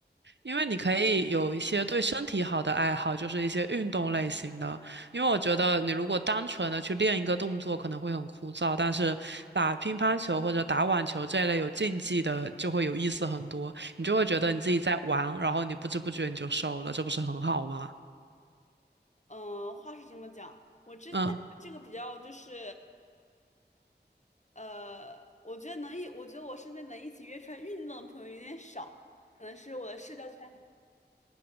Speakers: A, on the right; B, on the left.
A: 因为你可以有一些对身体好的爱好，就是一些运动类型的。因为我觉得你如果单纯的去练一个动作，可能会很枯燥，但是打乒乓球或者打网球这一类有竞技的，就会有意思很多。你就会觉得你自己在玩，然后你不知不觉你就瘦了，这不是很好吗？
B: 嗯、呃话是这么讲，我这但这个比较就是。
A: 嗯，
B: 呃，我觉得能一，我觉得我身边能一起约出来运动的朋友有点少，可能是我的社交圈里